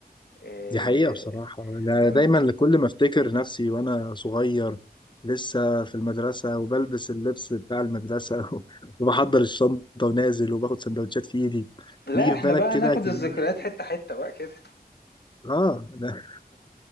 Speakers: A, on the left; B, on the left.
A: آه،
B: دي حقيقة بصراحة أنا
A: لم
B: دايما كل ما أفتكر نفسي وأنا صغير لسه في المدرسة وبلبس اللبس بتاع المدرسة <laughs> وبحضر الشنطة ونازل وباخد سندوتشات في إيدي
A: لا
B: يجي
A: احنا
B: في بالك
A: بقى
B: كده
A: ناخد
B: كمية
A: الذكريات حتة حتة بقى كده
B: آه أنا